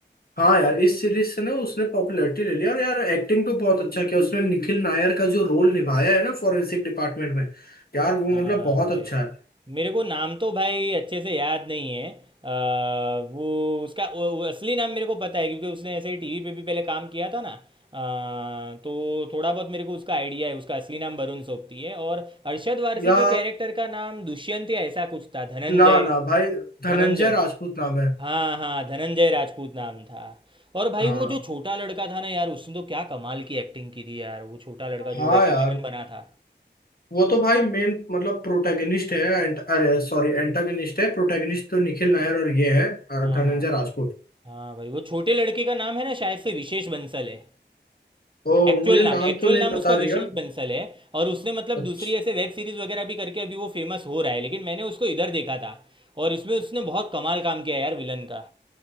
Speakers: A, on the left; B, on the right.
A: हाँ यार इस सीरीज से ना उसने पॉपुलैरिटी ले लिया और यार एक्टिंग तो बहुत अच्छा किया उसने निखिल नायर का जो रोल निभाया है ना फॉरेंसिक डिपार्टमेंट में यार वो
B: हाँ
A: मतलब बहुत
B: भाई
A: अच्छा है
B: मेरे को नाम तो भाई अच्छे से याद नहीं है अ, वो उसका वो- वो असली नाम मेरे को पता है क्योंकि उसने ऐसे ही टीवी पे भी पहले काम किया था ना अ, तो थोड़ा बहुत मेरे को उसका आइडिया है उसका असली नाम वरुण सोबती है और अरशद वारसी
A: या
B: के कैरेक्टर का नाम दुष्यंत या ऐसा कुछ था धनंजय
A: ना ना भाई धनंजय
B: धनंजय
A: राजपूत नाम है
B: हाँ हाँ धनंजय राजपूत नाम था और भाई
A: हाँ
B: वो जो छोटा लड़का था ना यार उसने तो क्या कमाल की एक्टिंग की थी यार वो छोटा लड़का जो
A: हाँ
B: ऐसे
A: यार
B: विलन बना था
A: वो तो भाई मेन मतलब प्रोटैगनिस्ट है and- अरे सॉरी एंटागनिस्ट है प्रोटैगनिस्ट तो निखिल नायर और ये है अ,
B: हाँ
A: धनंजय
B: हाँ
A: राजपूत
B: हाँ भाई वो छोटे लड़के का नाम है ना शायद से विशेष बंसल है
A: ओ
B: एक्चुअल
A: मुझे नाम
B: नाम एक्चुअल
A: तो नहीं
B: नाम
A: पता
B: उसका
A: रिया
B: विशेष बंसल है और उसने मतलब
A: अच्छा।
B: दूसरी ऐसे वेब सीरीज वगैरह भी करके अभी वो फेमस हो रहा है लेकिन मैंने उसको इधर देखा था और उसमें उसने बहुत कमाल काम किया यार विलन का